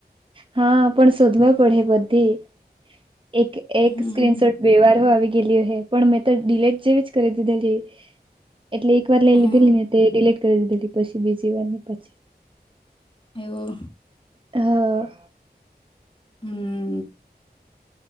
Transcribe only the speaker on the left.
હમ
હા
એવો
હમ્મ